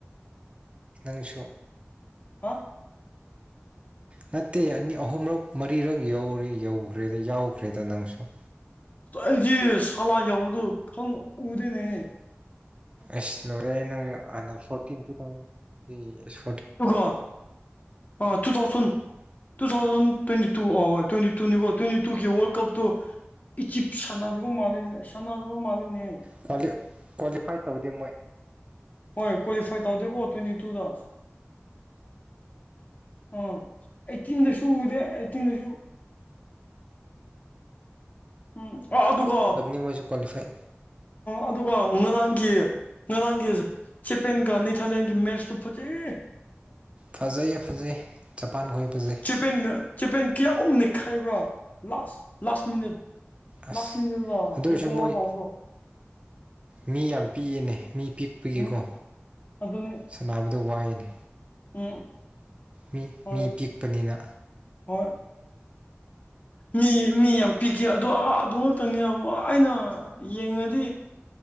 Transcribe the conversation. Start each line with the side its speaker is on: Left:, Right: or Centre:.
Right: ꯅꯪꯁꯨ
Left: <inaudible>
Right: ꯅꯠꯇꯦ ꯑꯅꯤ ꯑꯍꯨꯝꯔꯛ ꯃꯔꯤꯔꯛ ꯌꯧꯔꯦ ꯌꯧꯔꯦꯗ ꯌꯥꯎꯈ꯭ꯔꯦꯗ ꯅꯪꯁꯨ
Left: ꯑꯩꯗꯤ ꯁꯥꯂꯥ ꯌꯥꯎꯕꯗꯨꯣ ꯈꯪ ꯎꯗꯦꯅꯦ
Right: ꯏꯁ ꯂꯣꯢꯔꯦꯍꯦ ꯅꯪꯁꯨ ꯈꯥꯟꯅ ꯐꯣꯔꯇꯤꯟ ꯇꯨ ꯊꯥꯎꯖꯟꯗ ꯁꯨ
Left: ꯑꯗꯨꯀꯣ two thousand two two thousand twenty two twenty ꯇꯨꯅꯤꯀꯣ ꯍꯣꯢ ꯇ꯭ꯋꯦꯟꯇꯤ ꯇꯨꯒꯤ ꯋꯥꯔꯜ ꯀꯞꯇꯣ ꯏꯖꯤꯞ ꯁꯥꯟꯅꯕ ꯃꯥꯜꯂꯦ ꯁꯥꯟꯅꯕ ꯃꯥꯜꯂꯤꯅꯦ
Right: ꯀ꯭ꯋꯥꯂꯤ ꯀ꯭ꯋꯥꯂꯤꯐꯥꯏ ꯇꯧꯗꯦ ꯃꯣꯏ
Left: ꯍꯣꯏ ꯀ꯭ꯋꯥꯂꯤ ꯐꯥꯏꯚ ꯇꯧꯗꯦꯀꯣ ꯇ꯭ꯋꯦꯟꯇꯤ ꯇꯨꯗ ꯑꯥ ꯑꯩꯠꯇꯤꯟꯗꯁꯨ ꯎꯗꯦ ꯑꯩꯠꯇꯤꯟꯗꯁꯨ ꯎꯝ ꯑꯗꯨꯒꯥ
Right: ꯇꯧꯕꯅꯤ ꯃꯣꯏꯁꯨ ꯀ꯭ꯋꯥꯂꯤꯐꯥꯏ
Left: ꯑꯗꯨꯒ ꯉꯔꯥꯡꯒꯤ ꯉꯔꯥꯡꯒꯤ ꯆꯦꯄꯦꯟꯒ ꯅꯦꯙꯔꯂꯦꯟꯒ ꯃꯦꯠꯁꯇꯨ ꯐꯖꯩ
Right: ꯐꯖꯩꯌꯦ ꯐꯖꯩ ꯖꯄꯥꯟ ꯈꯣꯏ ꯐꯖꯩ
Left: ꯆꯦꯄꯦꯟꯒ ꯆꯦꯄꯦꯟ ꯀꯌꯥꯃꯨꯛ ꯅꯩꯈꯥꯏꯕ꯭ꯔꯥ ꯂꯥꯁ ꯂꯥꯁ ꯃꯤꯅꯠ
Right: ꯑꯁ
Left: ꯂꯥꯁ ꯃꯤꯅꯠꯗ
Right: ꯑꯗꯨ ꯑꯣꯏꯔꯁꯨ
Left: ꯔꯤꯀꯣꯜ
Right: ꯃꯣꯏ
Left: ꯇꯧꯕꯗꯣ <inaudible>
Right: ꯃꯤ ꯌꯥꯝ ꯄꯤꯛꯌꯦꯅꯦ ꯃꯤ ꯄꯤꯛꯏꯀꯣ
Left: ꯎꯝ ꯑꯗꯨꯅꯤ
Right: ꯁꯥꯟꯅꯕ ꯄꯤꯛ ꯑꯗꯨ ꯋꯥꯏꯅꯦ
Left: ꯎꯝ
Right: ꯃꯤ
Left: ꯍꯣꯏ
Right: ꯃꯤ ꯄꯤꯛꯄꯅꯤꯅ
Left: ꯍꯣꯏ ꯃꯤ ꯃꯤ ꯌꯥꯝ ꯄꯤꯈꯤ ꯑꯗꯣ ꯑꯗꯨ ꯉꯥꯛꯛꯇꯅꯤ ꯑꯩꯅ ꯌꯦꯡꯉꯗꯤ